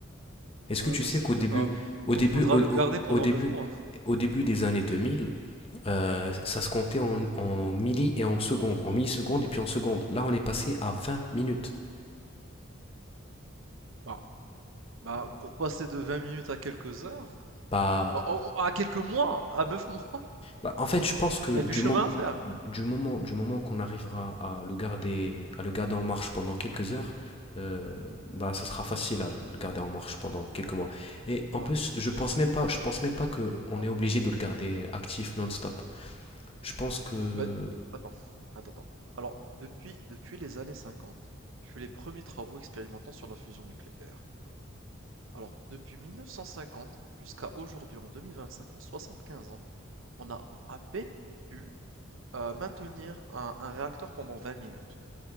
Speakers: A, on the left; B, on the right.
A: Est-ce
B: bah,
A: que tu
B: bah,
A: sais
B: c'est
A: qu'au
B: bien,
A: début,
B: bah,
A: au
B: faut-
A: début,
B: faudra
A: au,
B: le
A: au-
B: garder pendant
A: au début,
B: neuf mois.
A: au début des années 2000, euh, ça se comptait en, en milli et en secondes, en millisecondes et puis en secondes. Là, on est passé à 20 minutes.
B: Bah, bah, pour passer de 20 minutes à quelques heures,
A: Bah,
B: à, à- à quelques mois, à 9 mois, <laughs>
A: Bah, en fait, je pense que
B: il y
A: du,
B: a du chemin
A: mom-
B: à faire.
A: du moment, du moment qu'on arrivera à le garder, à le garder en marche pendant quelques heures, euh, bah, ça sera facile à le garder en marche pendant quelques mois. Et
B: Bah,
A: en plus,
B: je,
A: je pense
B: je sais
A: même pas,
B: pas.
A: je pense même pas que on
B: Bah,
A: est obligé de le garder actif non-stop. Je pense que,
B: bah, attends, attends, attends. Alors, depuis, depuis les années 50, je fais les premiers travaux expérimentants sur la fusion nucléaire. Alors, depuis 1950 jusqu'à aujourd'hui, en 2025, en 75 ans, on a à peine pu euh, maintenir un, un réacteur pendant 20 minutes.